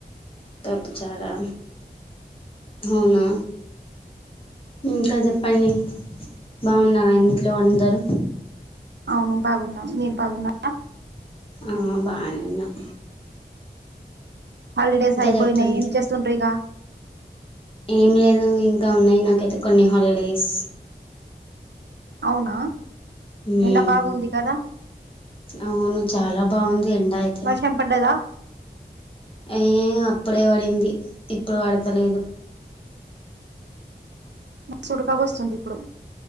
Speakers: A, on the left (about 30°); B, on the right (about 85°).
A: పపుచారా అవునా ఇంకా చెప్ చెప్పండి బాగున్నారు ఇంట్లో అందరూ
B: అవును బాగున్నాం మీరు బాగున్నారా
A: ఆ బానేఉన్నాం
B: హాలిడేస్ అయిపోయినాయి
A: చెప్పండి
B: ఏం చేస్తుండ్ర ఇక
A: ఏం లేదు ఇంకా ఉన్నాయి నాకైతే కొన్ని హాలిడేస్
B: అవునా
A: మ్మ్
B: ఎండా బాగుంది కదా
A: అవును చాలా బాగుంది ఎండ అయితే
B: వర్షం పడ్డదా
A: ఏ అప్పుడే పడింది ఇప్పుడు పడతలేదు
B: మస్తు ఉడకపోస్తుంది ఇప్పుడు